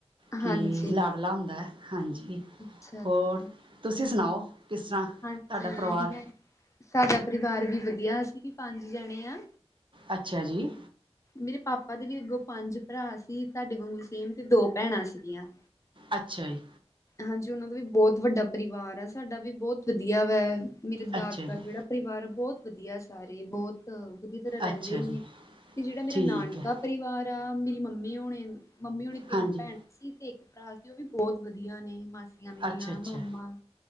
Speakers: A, on the right; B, on the left.
A: ਕਿ
B: ਹਾਂਜੀ
A: ਲਾਡਲਾ ਹੁੰਦਾ, ਹਾਂਜੀ।
B: ਅੱਛਾ
A: ਹੋਰ
B: ਜੀ।
A: ਤੁਸੀਂ ਸੁਣਾਓ? ਕਿਸ ਤਰ੍ਹਾਂ ਤੁਹਾਡਾ
B: ਹਾਂਜੀ,
A: ਪਰਿਵਾਰ
B: ਮੈਂ ਸਾਡਾ ਪਰਿਵਾਰ ਵੀ ਵਧੀਆ ਅਸੀ ਵੀ ਪੰਜ ਜਣੇ ਆ
A: ਅੱਛਾ ਜੀ।
B: ਮੇਰੇ ਪਾਪਾ ਦੇ ਵੀ ਅੱਗੋਂ ਪੰਜ ਭਰਾ ਸੀ, ਤੁਹਾਡੇ ਵਾਂਗੂ ਸੇਮ ਤੇ ਦੋ ਪੈਣਾਂ ਸੀਗੀਆਂ।
A: ਅੱਛਾ ਜੀ।
B: ਹਾਂਜੀ, ਉਹਨਾਂ ਦਾ ਵੀ ਬਹੁਤ ਵੱਡਾ ਪਰਿਵਾਰ ਹੈ, ਸਾਡਾ ਵੀ ਬਹੁਤ ਵਧੀਆ ਵਾ ਮੇਰੇ
A: ਅੱਛਾ
B: ਦਾਦਾ
A: ਜੀ
B: ਜਿਹੜਾ ਪਰਿਵਾਰ ਆ ਬਹੁਤ ਵਧੀਆ ਸਾਰੇ ਬਹੁਤ ਵਧੀਆ ਤਰ੍ਹਾਂ ਰਹਿੰਦੇ
A: ਅੱਛਾ
B: ਨੇ।
A: ਜੀ
B: ਤੇ ਜਿਹੜਾ ਮੇਰਾ
A: ਠੀਕ
B: ਨਾਨਕਾ
A: ਹੈ
B: ਪਰਿਵਾਰ ਆ ਮੇਰੀ ਮੰਮੀ ਹੋਣੇ ਮੰਮੀ ਹੋਣੇ ਤਿੰਨ
A: ਹਾਂਜੀ
B: ਪੈਣ ਸੀ ਤੇ ਇਕ ਪਰਾ ਸੀ, ਉਹ ਵੀ ਬਹੁਤ ਵਧੀਆ ਨੇ ਮਾ ਮਾਸੀਆਂ ਮੇਰੀਆਂ
A: ਅੱਛਾ ਅੱਛਾ
B: ਮਮਾ